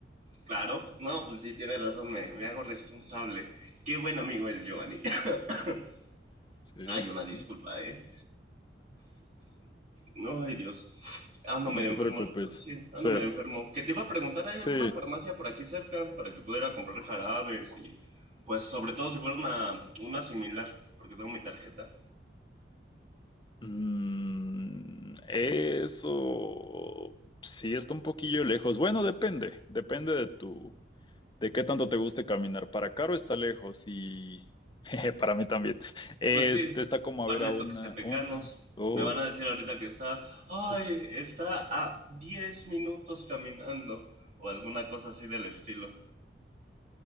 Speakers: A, on the right (about 45°); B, on the left (about 25°).
A: Claro, no, pues sí, tienes razón, me, me hago responsable. Qué buen amigo eres, Giovanni. <laughs> <clears throat>
B: Sí,
A: Ay, una disculpa,
B: mm,
A: ¿eh? No, ay, Dios. Ando
B: no
A: medio
B: te
A: enfermo,
B: preocupes.
A: el- sí, ando
B: Sí,
A: medio enfermo. Que te iba a preguntar, ¿hay
B: sí.
A: alguna farmacia por aquí cerca para que pudiera comprar jarabes y, pues, sobre todo si fuera una, una similar, porque tengo mi tarjeta.
B: Mm, eso sí está un poquillo lejos. Bueno, depende, depende de tu, de qué tanto te guste caminar. Para Caro está lejos y <laughs> jeje, para mí también. Este
A: Pues sí,
B: está como
A: par
B: a ver
A: de
B: a
A: toques
B: una,
A: pecanos.
B: una, dos.
A: Me van a decir ahorita que está, ay,
B: sí.
A: está a 10 minutos caminando o alguna cosa así del estilo.